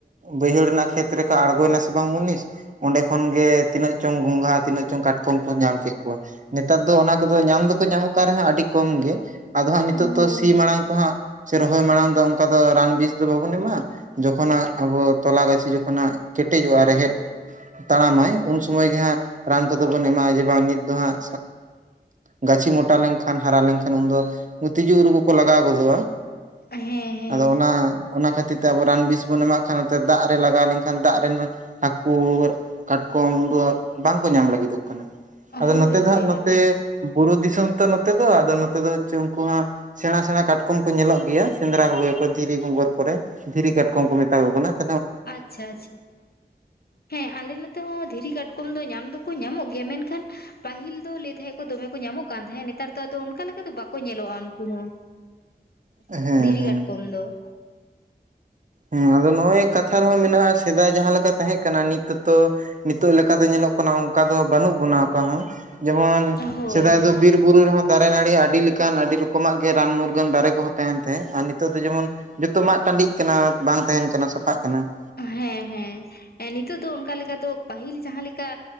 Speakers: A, on the right; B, on the left.
A: ᱵᱟᱹᱭᱦᱟᱹᱲ ᱨᱮᱱᱟᱜ ᱠᱷᱮᱛ ᱨᱮᱠᱚ ᱟᱬᱜᱚᱭᱱᱟ ᱥᱮ ᱵᱟᱝ ᱢᱩᱱᱤᱥ ᱚᱸᱰᱮ ᱠᱷᱚᱱᱜ ᱛᱤᱱᱟᱹᱜ ᱪᱚᱝ ᱜᱚᱝᱜᱷᱟ ᱛᱤᱱᱟᱹᱜ ᱪᱚᱝ ᱠᱟᱴᱠᱚᱢ ᱠᱚ ᱧᱟᱢ ᱠᱮᱠᱚᱣᱟ ᱾ ᱱᱮᱛᱟᱨ ᱫᱚ ᱚᱱᱟ ᱠᱚᱫᱚ ᱧᱟᱢ ᱫᱚᱠᱚ ᱧᱟᱢᱚᱜ ᱠᱟᱱ ᱨᱮᱦᱚᱸ ᱟᱹᱰᱤ ᱠᱚᱢ ᱜᱮ, ᱟᱫᱚ ᱦᱟᱸᱜ ᱱᱤᱛᱚᱜ
B: ᱦᱳᱭ
A: ᱫᱚ ᱥᱤ ᱢᱟᱲᱟᱝ ᱛᱚ ᱦᱟᱸᱜ ᱥᱮ ᱨᱚᱦᱚᱭ ᱢᱟᱲᱟᱝ ᱫᱚ ᱚᱱᱠᱟ ᱫᱚ ᱨᱟᱱ ᱵᱤᱥ ᱫᱚ ᱵᱟᱵᱚᱱ ᱮᱢᱟ ᱡᱚᱠᱷᱚᱱᱟᱜ ᱟᱵᱚ ᱛᱚᱞᱟ ᱜᱟᱹᱪᱷᱤ ᱡᱚᱠᱷᱚᱱᱟᱜ ᱠᱮᱴᱮᱡᱚᱜᱼᱟ ᱨᱮᱦᱮᱫ ᱛᱟᱲᱟᱢᱟᱭ ᱩᱱ ᱥᱚᱢᱚᱭ ᱜᱮ ᱦᱟᱸᱜ ᱨᱟᱱ ᱠᱚᱫᱚ ᱵᱚᱱ ᱮᱢᱟᱜᱼᱟ ᱡᱮ ᱵᱟᱝ ᱱᱤᱛ ᱫᱚ ᱦᱟᱸᱜ, ᱜᱟᱹᱪᱷᱤ ᱢᱚᱴᱟ ᱞᱮᱱᱠᱷᱟᱱ ᱦᱟᱨᱟ ᱞᱮᱱᱠᱷᱟᱱ ᱩᱱᱫᱚ ᱛᱤᱡᱩ ᱩᱨᱩ ᱠᱚ ᱠᱚ ᱞᱟᱜᱟᱣ ᱜᱚᱫᱚᱜ-ᱟ ᱾
B: ᱦᱮᱸ
A: <inaudible>
B: ᱦᱮᱸ
A: ᱟᱫᱚ ᱚᱱᱟ ᱚᱱᱟ ᱠᱷᱟᱹᱛᱤᱨ ᱛᱮ ᱟᱵᱚ ᱨᱟᱱ ᱵᱤᱥ ᱵᱚᱱ ᱮᱢᱟᱜ ᱠᱷᱟᱱ ᱱᱟᱛᱮ ᱫᱟᱜ ᱨᱮ ᱞᱟᱜᱟᱣ ᱞᱮᱱᱠᱷᱟᱱ ᱫᱟᱜ ᱨᱮᱱ ᱦᱟᱹᱠᱩ ᱠᱟᱴᱠᱚᱢ ᱩᱱ ᱫᱚ ᱵᱟᱝᱠᱚ ᱧᱟᱢ ᱞᱟᱹᱜᱤᱫᱚᱜ ᱠᱟᱱᱟ ᱾ <inaudible> ᱟᱫᱚ
B: ᱦᱳᱭ
A: ᱱᱚᱛᱮ
B: ᱦᱳᱭ
A: ᱫᱚ ᱦᱟᱸᱜ ᱱᱚᱛᱮ
B: ᱟᱫᱚ
A: ᱵᱩᱨᱩ ᱫᱤᱥᱚᱢ ᱛᱚ ᱱᱚᱛᱮ ᱫᱚ ᱟᱫᱚ ᱱᱚᱛᱮ ᱫᱚ ᱦᱮᱸᱪᱚᱝ ᱾ ᱩᱱᱠᱩ ᱦᱟᱜ ᱥᱮᱬᱟ ᱥᱮᱬᱟ ᱠᱟᱴᱠᱚᱢ ᱠᱚ ᱧᱮᱞᱚᱜ ᱜᱮᱭᱟ ᱥᱮᱸᱫᱽᱨᱟ ᱠᱚᱜᱮᱭᱟ ᱠᱚ ᱫᱷᱤᱨᱤ ᱜᱚᱸᱜᱷᱚᱨ ᱠᱚᱨᱮ ᱾ ᱫᱷᱤᱨᱤ ᱠᱟᱴᱠᱚᱢ ᱠᱚ ᱢᱮᱛᱟ ᱠᱚ ᱠᱟᱱᱟ ᱾
B: ᱟᱪᱪᱷᱟ ᱟᱪᱪᱷᱟ᱾ ᱦᱮᱸ ᱟᱞᱮ ᱱᱚᱛᱮ ᱦᱚᱸ ᱫᱷᱤᱨᱤ ᱠᱟᱴᱠᱚᱢ ᱫᱚ ᱧᱟᱢ ᱫᱚᱠᱚ ᱧᱟᱢᱚᱜ ᱜᱮᱭᱟ ᱢᱮᱱᱠᱷᱟᱱ ᱯᱟᱹᱦᱤᱞ ᱫᱚ ᱞᱟᱹᱭ ᱛᱟᱦᱮᱸᱫ ᱠᱚ ᱫᱚᱢᱮ ᱠᱚ ᱧᱟᱢᱚᱜ ᱠᱟᱱ ᱛᱟᱦᱮᱸᱫ, ᱱᱮᱛᱟᱨ ᱫᱚ ᱟᱫᱚ ᱚᱱᱠᱟ ᱞᱮᱠᱟ ᱫᱚ ᱵᱟᱠᱚ ᱧᱮᱞᱚᱜ-ᱟ ᱩᱱᱠᱩ ᱦᱚᱸ ᱾ <inaudible>
A: ᱦᱮᱸ
B: ᱫᱷᱤᱨᱤ
A: ᱦᱮᱸ
B: ᱠᱟᱴᱠᱚᱢ ᱫᱚ ᱾
A: ᱦᱮᱸ ᱟᱫᱚ ᱱᱚᱜᱚᱭ ᱠᱟᱛᱷᱟ ᱨᱮᱦᱚᱸ ᱢᱮᱱᱟᱜ-ᱟ ᱥᱮᱫᱟᱭ ᱡᱟᱦᱟᱸ ᱞᱮᱠᱟ ᱛᱟᱦᱮᱸ ᱠᱟᱱᱟ ᱱᱤᱛ ᱛᱚ ᱱᱤᱛᱚᱜ ᱞᱮᱠᱟᱛᱮ ᱧᱮᱞᱚᱜ ᱠᱟᱱᱟ ᱚᱱᱠᱟ ᱫᱚ ᱵᱟᱹᱱᱩᱜ ᱵᱚᱱᱟ ᱚᱠᱟ ᱦᱚᱸ ᱾ ᱡᱮᱢᱚᱱ
B: ᱦᱳᱭ
A: ᱥᱮᱫᱟᱭ
B: ᱦᱳᱭ
A: ᱫᱚ ᱵᱤᱨ ᱵᱩᱨᱩ ᱨᱮᱦᱚᱸ ᱫᱟᱨᱮ ᱱᱟᱹᱲᱤ ᱟᱹᱰᱤ ᱞᱮᱠᱟᱱ ᱟᱹᱰᱤ ᱨᱚᱠᱚᱢᱟᱜ ᱜᱮ ᱨᱟᱱ ᱢᱩᱨᱜᱟᱹᱱ ᱫᱟᱨᱮ ᱠᱚᱦᱚᱸ ᱛᱟᱦᱮᱱ ᱛᱟᱦᱮᱸᱫ ᱟᱨ ᱱᱤᱛᱚᱜ ᱫᱚ ᱡᱮᱢᱚᱱ ᱡᱚᱛᱚ ᱢᱟᱜ ᱴᱟᱺᱰᱤᱜ ᱠᱟᱱᱟ ᱵᱟᱝ ᱛᱟᱦᱮᱱ ᱠᱟᱱᱟ ᱥᱟᱯᱷᱟᱜ ᱠᱟᱱᱟ ᱾
B: ᱦᱮᱸ ᱦᱮᱸ ᱾ ᱮ ᱱᱤᱛᱚᱜ ᱫᱚ ᱚᱱᱠᱟ ᱞᱮᱠᱟ ᱫᱚ ᱯᱟᱹᱦᱤᱞ ᱡᱟᱦᱟᱸ ᱞᱮᱠᱟ